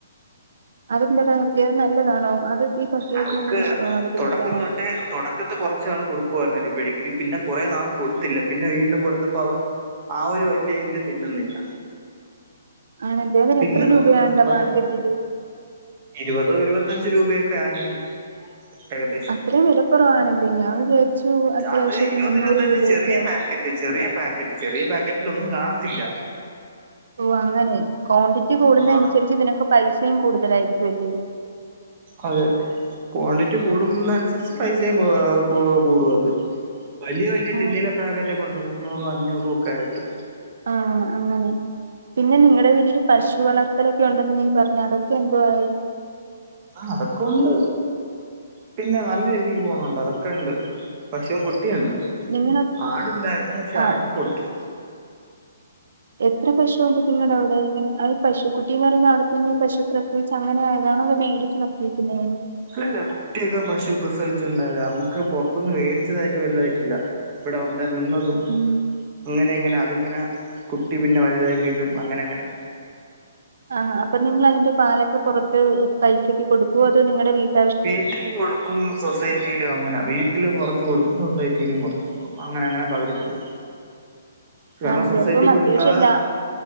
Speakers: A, on the right; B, on the right.
A: അതെ ന്തിനാ നിർത്തിയത് നല്ലതാണോ അത് ഈ പട്ടികൾക്ക്
B: അവക്ക്
A: ഭയങ്കര ഇഷ്ടമാണോ അത് കഴിക്കാനായിട്ട്
B: തുടക്കം തൊട്ട് തുടക്കത്തെ കുറച്ച് നാൾ കൊടു ക്കുവായിരുന്നു ഇപ്പ ഡിഗ്രി പിന്നെ കുറേ നാൾ കൊടുത്തില്ല പിന്നെ വീണ്ടും കൊടുത്തപ്പോ അവള് ആ ഒരു വലിയ ഇതിൽ തിന്നുന്നില്ല
A: ആണ് ഇദ്ദേഹന്
B: തിന്നുന്നുണ്ട്
A: എത്ര രൂപയാണ്ണ്ട
B: പക്ഷെ
A: മാർക്കറ്റില്
B: ഇരുപതോ ഇരുപത്തഞ്ച് രൂപയൊക്കെ ആയിരിക്കും ഏകദേശം
A: അത്രയും വിലക്കറവാണെല്ലേ ഞാൻ വിചാരിച്ചു അത്യാവശ്യം
B: അത്
A: ഒരു
B: ഇരുപത്
A: മുന്നൂറ്
B: ഇരുപത്തഞ്ച്
A: രൂപയൊക്കെ
B: ചെറിയ
A: ആവും
B: പാക്കറ്റ് ചെറിയ പാക്കറ്റ് ചെറിയ പാക്കറ്റിൽ ഒന്നും കാണത്തില്ല
A: ഓ അങ്ങനെ ക്വാണ്ടിറ്റി കൂടുന്ന
B: ആ,
A: അനുസരിച്ച് ഇതിനൊക്കെ പൈസയും കൂടുതലായിരിക്കും അല്ലെ
B: അതെ ക്വാണ്ടിറ്റി കൂടും ന്ന അനുസരിച്ച് പൈസയും കൂടും അത് വലിയ വലിയ
A: ആഹ്
B: ടിന്നിലെ പാക്കറ്റ ഒക്കെ ഉണ്ട് മുന്നൂറും അഞ്ഞൂറ ഒക്കെ ആയിട്ട്
A: ആഹ് അങ്ങനെ പിന്നെ നിങ്ങളടെ വീട്ടില് പശു വളർത്തലൊക്കെ ഉണ്ടെന്ന് <unintelligible> പറഞ്ഞു അതൊക്കെ എന്തു ആയി
B: ആ അതൊക്കൊണ്ട് പിന്നെ നല്ല രീതിക്ക് പോണുണ്ട് അതൊ ക്കെണ്ട് പശുവും കുട്ടിയുണ്ട്
A: നിങ്ങള
B: ആടുണ്ടായിരുന്നു പക്ഷെ
A: ആ
B: ആടിനെ കൊടുത്തു
A: എത്ര പശുണ്ട് നിങ്ങളുടെ അവിടെ പശു കുട്ടിപറയുമ്പ അവിടെത്തന്നെ പശു പ്രസവിച്ച് അങ്ങനെ ആണോ ണോ മേടി നിർച്ച് നിർത്തേ ക്കുന്നതാണോ
B: അല്ലല്ല കുട്ടിയൊക്കെ പശു പ്രസവിച്ചിണ്ടായത നമ്മുക്ക് പുറത്തൊന്നും മേടിച്ചതായിട്ട് വലുതായിട്ടില്ല ഇവിടെ ഉണ്ട് നിന്നതും
A: ഉം
B: അങ്ങനെ ഇങ്ങനെ അതിങ്ങനെ കുട്ടി പിന്നെ വലുതായി വീണ്ടും അങ്ങനെ അങ്ങനെ
A: ആഹ അപ്പൊ നിങ്ങൾ അതിന്റെ പാലൊക്കെ പുറത്ത് പൈസക്ക് കൊടുക്കുവോ അതോ നിങ്ങളടെ വീട്ടിൽ
B: വീട്ടില് കൊടുക്കും സൊസൈറ്റിയിലോ അങ്ങനെ വീട്ടില് കൊറ ച്ച് കൊടുക്കും സൊസൈറ്റിയിലും കുറച്ചു കൊടുക്കും അങ്ങനെ അങ്ങനെ പകുതി പകുതി കാരണം
A: ആണല്ലേ
B: സൊസൈറ്റി
A: അപ്പം
B: കൊടുത്താ
A: അത്യാവശ്യം ലാ